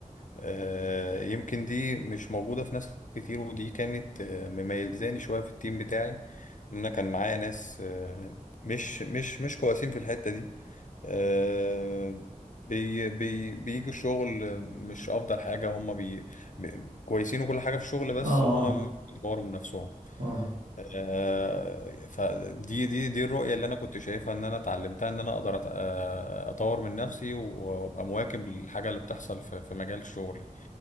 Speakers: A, on the left; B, on the right.
A: آه، يمكن دي مش موجودة في ناس كتير ودي كانت آه، مميزاني شوية في التيم بتاعي إن أنا كان معايا ناس آه، مش مش مش كويسين في الحتة دي آه، بي بي بيجوا الشغل آه، مش أفضل حاجة هما بي بي- كويسين وكل حاجة في الشغل بس
B: اه
A: هما
B: اه
A: بيطوروا من نفسهم
B: اه
A: آه، فدي دي دي الرؤية اللي انا كنت شايفها ان انا اتعلمتها ان انا اقدر أت- آه، اطور من نفسي وابقى مواكب للحاجة اللي بتحصل في في مجال شغلي